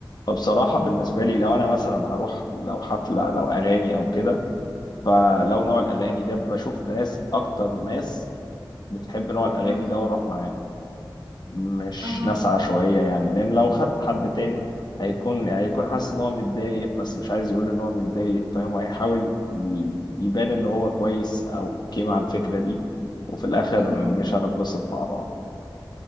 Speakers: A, on the left; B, on the right.
A: فبصراحة بالنسبة لي لو أنا مثلا هروح لو حفلة لو أغاني أو كده فلو نوع الاغاني ده بشوف ناس اكتر ناس بتحب نوع الاغاني
B: مهم.
A: ده واروح معاهم مش
B: اها
A: ناس عشوائيه يعني لان لو خدت حد تاني هيكون هيكون حاسس ان هو متضايق بس مش عايز يقول ان هو متضايق فاهم وهيحاول ي- يبان ان هو كويس او اوكي مع الفكره دي وفي الاخر
B: مهم.
A: مش هنتبسط مع بعض